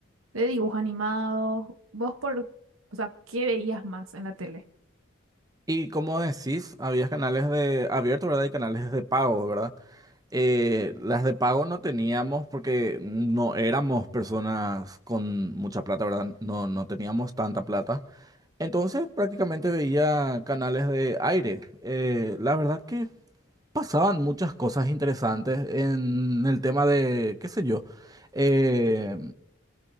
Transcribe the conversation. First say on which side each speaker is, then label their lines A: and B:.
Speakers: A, on the right; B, on the right.
A: de dibujos animados. ¿Vos por, o sea, qué veías más en la tele?
B: Y como decís, había canales de abierto, ¿verdad? Y canales de pago, ¿verdad? Eh, las de pago no teníamos porque no éramos personas con mucha plata, ¿verdad? No, no teníamos tanta plata. Entonces prácticamente veía canales de aire. Eh, la verdad que pasaban muchas cosas interesantes en el tema de, qué sé yo. eh,